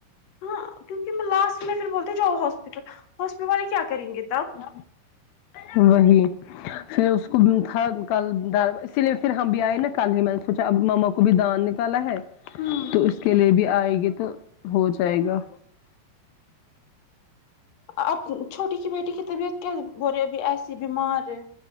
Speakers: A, on the left; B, on the left.
A: ہاں کیونکہ لاسٹ میں پھر بولتے جاو ہاسپٹل ہاسپٹل والے کیا کریں گے تب
B: ل وہی پھر اس کو تھا کل در اسی لیے پھر ہم بھی آئے نا کل ہی من سوچا اب ماما کو بھی دانت نکالا ہے
A: ہوں
B: تو اس کے لیے بھی آئے گی تو ہو جائے گا
A: اب چھوٹی کی بیٹی کی طبیعت کیا بول رہی ابھی ایسی بیمار ہے